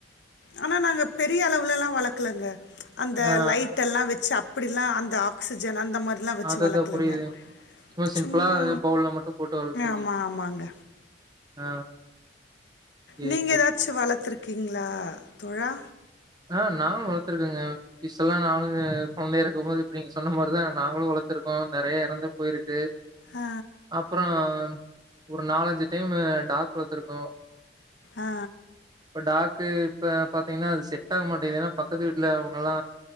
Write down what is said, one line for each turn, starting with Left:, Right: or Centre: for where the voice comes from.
Left: ஆனா நாங்க பெரிய அளவுலல்லா வளக்லங்க அந்த
Right: ஆ
Left: லைட்டெல்லா வச்சு அப் புடில்லா அந்த ஆக்சிஜன் அந்த மார்லா வச்சு
Right: அததா
Left: வளக்லங்க
Right: புரியுதுங்க சிம்பிளா
Left: சும்மா
Right: பவுல்ல மட்டு போட்டு வளர்த்துருக்கீங்க
Left: ஆமா ஆமாங்க
Right: ஆ சேரி
Left: நீங்க
Right: சேரி
Left: எதாச்சு வளத்துரு க்கிங்ளா தோழா
Right: ஆ நானு வளத்துருக்கங்க ஃபிஷ் எல்லா நானுங்க கொழந்தையா இருக்கும் போது இப்ப நீங்க சொன்ன மாரிதா நாங்களு வளத்துருக்கோ நெறைய எறந்து போயிருக்கு
Left: ஆ
Right: அப்புறோ ஒரு நாலஞ்சு டைமு டாக் வளத்துருக்கோ
Left: ஆ
Right: இப்ப டாக் க்கு இப்ப பாத்தீங்கனா அது செட் டாகமாட்டெங்து ஏனா பக்கத்து வீட்ல அவுங்கலா